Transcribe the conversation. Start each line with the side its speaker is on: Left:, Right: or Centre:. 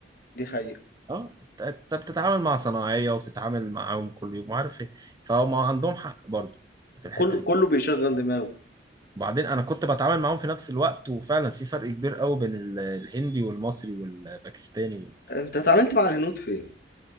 Left: دي حقيقة
Right: اه انت أنت بتتعامل مع صناعية وبتتعامل معاهم كل يوم وعارف ايه فهم عندهم حق برضو في الحتة
Left: كل
Right: دي
Left: كله بيشغل دماغه
Right: وبعدين انا كنت بتعامل معاهم في نفس الوقت وفعلا في فرق كبير قوي بين ال- الهندي والمصري والباكستاني
Left: أنت اتعاملت مع الهنود فين؟